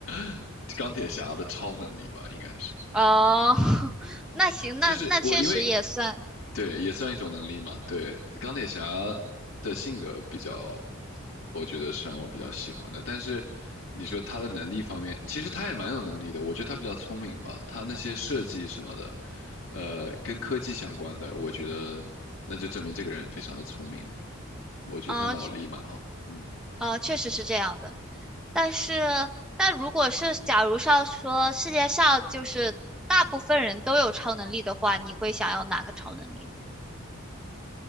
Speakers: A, on the left; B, in the centre.
A: <laughs> 钢铁侠的超能力吧，应该是。
B: 哦，<laughs> 那行，
A: 就是我因为
B: 那那确实也算，
A: 对，也算一种能力嘛。对，钢铁侠的性格比较，我觉得是让我比较喜欢的。但是你说他的能力方面，其实他也蛮有能力的。我觉得他比较聪明吧，他那些设计什么的，呃，跟科技相关的，我觉得那就证明这个人非常的聪明嘛。我觉得他脑力蛮好的。
B: 哦，
A: 嗯，
B: 呃，确实是这样的。但是，那如果是假如上说世界上就是大部分人都有超能力的话，你会想要哪个超能力呢？